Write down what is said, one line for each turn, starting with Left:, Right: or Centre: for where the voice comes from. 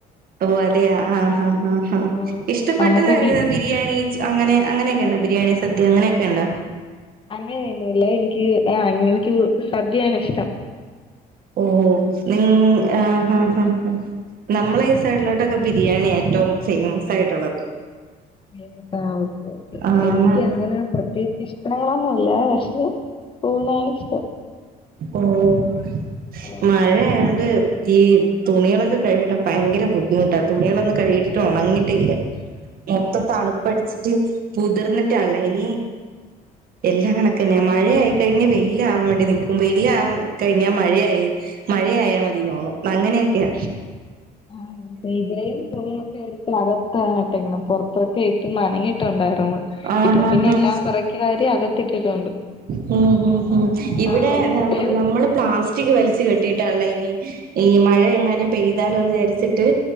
Right: ഓഹ് അതെയ ആഹ് ആഹ് ആഹ് ആഹ്
Left: ഓ
Right: ഇഷ്ടപ്പെട്ടത്
Left: നമുക്കൊക്കെ
Right: ഏത് ബിരിയാണി ച്ച് അങ്ങനെ അങ്ങനെക്കെണ്ട ബിരിയാണി സദ്യ അങ്ങനെക്കെണ്ട
Left: അങ്ങനെ ഒന്നുംല്ല എനിക്ക് ആഹ് എനിക്ക് സദ്യയാണ് ഇഷ്ടം
Right: ഓഹ് നിങ്ങ്
Left: ഓ
Right: ആഹ് ആഹ് ആഹ് ആഹ് നമ്മള ഈ സൈഡിലോട്ടൊക്കെ ബിരിയാണിയ ഏറ്റവും ഫേമസ് ആയിട്ടുള്ളത്
Left: ഏങ്ങ് താ ഓക്കേ ഓക്കേ
Right: ആഹ്
Left: എനിക്ക് അങ്ങന പ്രത്യേകിച്ച് ഇഷ്ടങ്ങളൊന്നുംല്ല പക്ഷെ ഊണാ ഇഷ്ട
Right: ഓഹ്
Left: ഓ
Right: മഴയായോണ്ട് ഈ തുണികളൊക്കെ കഴികിടാൻ ഭയങ്കര ബുദ്ധിമുട്ടാ തുണികളൊന്നും കഴികിട്ടിട്ട് ഉണങ്ങിട്ടില്ല
Left: <inaudible>
Right: മൊത്തം തണുപ്പടിച്ചി ച്ചിട്ട് കുതിർന്നിട്ടാള്ളെ ഇനി എല്ലാം കണക്കന്നെ
Left: ആ
Right: മഴയായി കഴിഞ്ഞ വെയിലാവാൻ വേണ്ടി നിക്കും വെയിലാവാ കഴിഞ്ഞാ മഴയായി മഴയായാ മതിന്ന് തോന്നും അങ്ങനെക്കെയ
Left: ആഹ് പെയ്ത്കയും തുണിയൊക്കെ എടുത്ത് അകത്താണിട്ടെക്കണെ പൊർത്തൊക്കെ ഇട്ട് നനഞ്ഞിട്ടുണ്ടാരുന്ന്
Right: ആഹ്
Left: ഇപ്പൊ പിന്നെ
Right: ആഹ്
Left: എല്ലാം പെറക്കി വാരി അകത്തിട്ടിട്ടുണ്ട്
Right: ഹും ഹും ഹും ഇവിടെ
Left: ആ ഇപ്പഴേ
Right: നം നമ്മള് പ്ലാസ് റ്റിക്ക് വലിച്ചു കെട്ടിയിട്ടാള്ള ഇനി ഈ മഴ എങ്ങാനം പെയ്താലോന്ന് വിചാരിച്ചിട്ട്